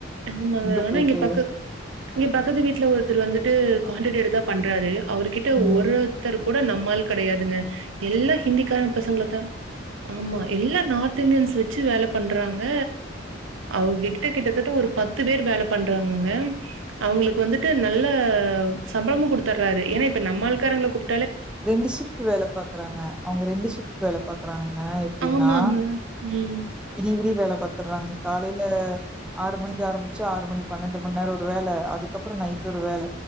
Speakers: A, on the right; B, in the centre.
A: எம் மங்க
B: எங்க
A: அனா
B: போயிட்டு
A: இங்க பக்க இங்க பக்கத்து வீட்ல ஒருத்தர் வந்துட்டு காண்டெட் எடுத்தா பண்றாரு அவுர்கிட்ட
B: ம்
A: ஒரு அத்தர் கூட நம்மால் கடையாதுங்க எல்லா ஹிந்திகாரங் பசங்கள ட ஆமா எல்லா நார்த் தின்டியன்ஸ் வச்சு வேல பண்றாங்க அவுங்க கிட்ட கிட்டத்தட்ட ஒரு பத்து வேர் வேல பண்றாங்கங்க அவுங்ளுக் வந்துட்டு நல்ல சம்பளமு குடுத்தற்றாரு எ ஏன்னா இப்ப நம்மாள் காரங்ள கூப்
B: ரெண்டு ஷிஃப்ட் வேல பாக்குறாங்க அவுங்க ரெண்டு ஷிஃப்ட் வேல பாக்குறாங்க எப்டின்னா
A: ஆமாங்க. ம்.
B: விடி விடிவ் வேல பத்துறாற்ங்க காலைல ஆறு மணிக்கு ஆரம்ச் ஆறு மணி பன்னண்டு மண நேர ஒரு வேலை அதுக்கப்பரொ நைட் ஒரு வேல